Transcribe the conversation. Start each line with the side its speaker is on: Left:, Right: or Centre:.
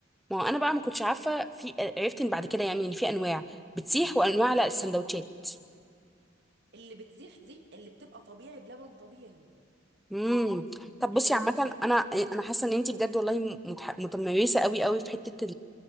Centre: ما هو انا بقى ما كنتش عارفه في عرفت ان بعد كده يعني ان في انواع بتسيح وانواع لا السندوتشات
Right: اللي بتسيح دي اللي بتبقى طبيعي بلبن طبيعي
Centre: امم طب بصي
Right: اللي ما
Centre: عامه
Right: بتسيحش
Centre: انا
Right: انا ليه
Centre: انا حاسه ان انت بجد والله متح- متميزه قوي قوي في حته